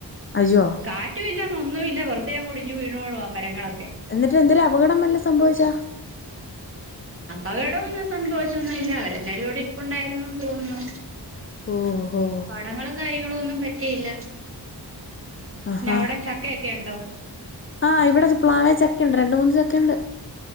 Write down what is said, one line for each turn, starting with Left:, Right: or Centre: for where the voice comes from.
Left: അയ്യോ
Right: കാറ്റും ഇല്ല, ഒന്നും ഇല്ല, വെറുതെ അങ്ങ് ഒടിഞ്ഞ് വീണോ <unintelligible> മരങ്ങളൊക്കെ
Left: എന്നിട്ട് എന്തേലും അപകടം വെല്ലോം സംഭവിച്ചാ?
Right: അപകടൊന്നും സംഭവിച്ചൊന്നും ഇല്ല അവരെല്ലാരും അവടെ ഇരിപ്പുണ്ടായിരുന്നുന്ന് തോന്നുന്നു.
Left: ഓഹോ
Right: അപടകടങ്ങളും കാര്യങ്ങളും ഒന്നും പറ്റിയില്ല
Left: ആഹാ
Right: പിന്നാവടെ ചക്കയൊക്കെ ഉണ്ടോ?
Left: ആഹ് ഇവിടെ പ്ലാവേ ചക്കയുണ്ട് രണ്ട് മൂന്ന് ചക്കയുണ്ട്.